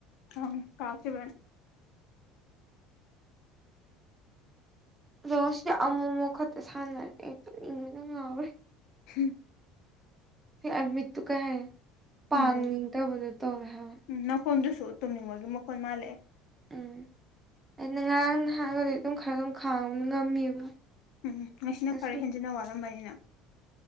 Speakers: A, on the left; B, on the right.
A: ꯑꯪ ꯀꯥꯎꯈꯤꯕꯅꯤ
B: ꯑꯗꯣ ꯁꯤꯗ ꯑꯃꯨꯛ ꯑꯃꯨꯛ ꯈꯛꯇ ꯁꯥꯟꯅꯔꯦ ꯍꯦꯛꯇ ꯏꯪꯕꯗ ꯉꯥꯎꯔꯦ
A: ꯍꯝ
B: ꯑꯃꯤꯠ ꯇꯨ ꯀ ꯍꯥꯏꯦ ꯄꯥꯡꯅꯤꯡ
A: ꯎꯝ
B: ꯀꯕꯨꯗꯨ ꯇꯧꯔ
A: ꯎꯝ ꯅꯥꯈꯣꯟꯗꯨꯁꯨ ꯇꯨꯝꯅꯤꯡꯉꯣꯏꯒꯤ ꯃꯈꯣꯟꯜ ꯃꯥꯜꯂꯛꯑꯦ
B: ꯎꯝ ꯑꯩꯅ ꯉꯔꯥꯡ ꯅꯍꯥꯡꯒꯗꯤ ꯑꯗꯨꯝ ꯈꯔ ꯑꯗꯨꯝ ꯈꯥꯡꯕꯅ ꯉꯝꯃꯦꯕ
A: ꯎꯝ ꯉꯁꯤꯅ
B: ꯉꯁꯤꯗꯤ
A: ꯐꯔ ꯍꯦꯟꯖꯤꯟꯅ ꯋꯥꯔꯝꯕꯅꯤꯅ